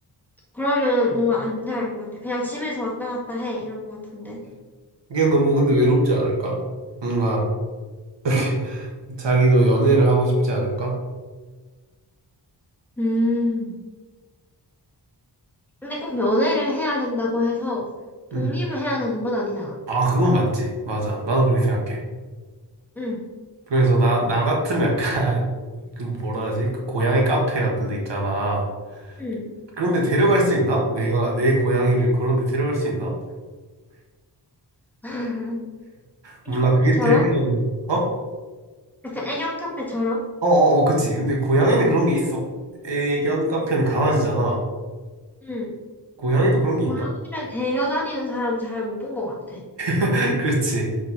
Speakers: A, in the centre; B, on the right.
A: 그러면 뭔가 안 될 것 같아. 그냥 집에서 왔다 갔다 해 이럴 것 같은데.
B: 그게 너무 근데 외롭지 않을까? 뭔가, <laughs> 자기도 연애를 하고 싶지 않을까?
A: 음. 근데 꼭 연애를 해야 된다고 해서 독립을
B: 응.
A: 해야 되는 건 아니잖아.
B: 아, 그건 맞지. 맞아. 나도 그렇게 생각해.
A: 응,
B: 그래서 나, 나 같으면 약간, <laughs> 그 뭐라 하지? 그 고양이 카페 같은 데 있잖아.
A: 응.
B: 그런데 데려갈 수 있나? 내가 내 고양이를 그런 데 데려갈 수 있나?
A: <laughs> 애견
B: 몰라,
A: 카페처럼?
B: 그게 되면, 어?
A: 약간 애견 카페처럼?
B: 어어어, 그치. 근데 고양이는 그런 게 있어. 애견 카페는 강아지잖아.
A: 응.
B: 고양이도 그런 게 있나?
A: 고양이를 데려 다니는 사람 잘 못 본 것 같아.
B: <laughs> 그렇지.